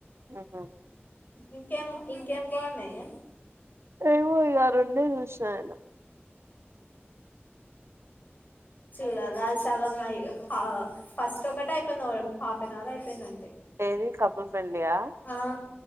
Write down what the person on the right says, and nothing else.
హ్మ్ హు
ఏమో ఇగా రెం డే చూసిన నేను
ఏది కపుల్ ఫ్రెండ్లీ యా